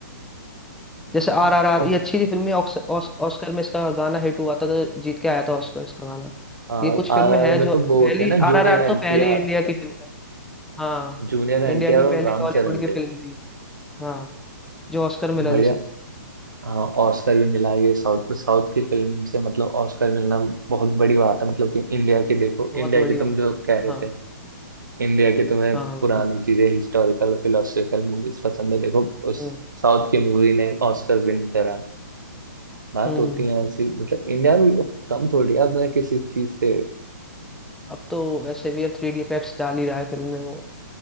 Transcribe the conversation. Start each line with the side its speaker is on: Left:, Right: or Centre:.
Centre: जैसे आर
Right: हम्म,
Centre: आर
Right: तो,
Centre: आर ये अच्छी थी फिल्में ऑक्स, ऑस, ऑस्कर में इसका गाना हिट हुआ था तो जीत के आया था ऑस्कर इसका गाना
Right: हाँ,
Centre: ये कुछ
Right: आर
Centre: फिल्में
Right: आर
Centre: हैं
Right: में
Centre: जो
Right: तो वो
Centre: पहली
Right: होते हैं ना
Centre: आर
Right: junior
Centre: आर आर तो पहली
Right: एनटीआर
Centre: इंडिया की फिल्म है हाँ
Right: Junior NTR
Centre: इंडिया की पहली
Right: और रामचरण
Centre: टॉलीवुड की फिल्म
Right: थे
Centre: थी हाँ जो ऑस्कर मिला
Right: बढ़िया
Centre: जैसे
Right: हाँ ऑस्कर भी मिला ये साउथ साउथ की फिल्म से मतलब ऑस्कर मिलना बहुत बड़ी बात है मतलब कि इंडिया की देखो
Centre: बहुत
Right: इंडिया
Centre: बड़ी
Right: की तुम
Centre: बात
Right: जो कह
Centre: है।
Right: रहे
Centre: हाँ
Right: थे इंडिया की तुम्हें
Centre: हाँ
Right: पुरानी
Centre: वही
Right: चीजें हिस्टोरिकल फिलोसफिकल मूवीज पसंद है देखो उस
Centre: हम्म
Right: साउथ की मूवी ने ऑस्कर विन करा बात
Centre: हम्म
Right: होती है ऐसी मतलब इंडिया भी कम थोड़ी है अपने किसी चीज से
Centre: अब तो वैसे भी अब थ्री डी इफेक्ट्स डाल ही रहा है फिल्म में वो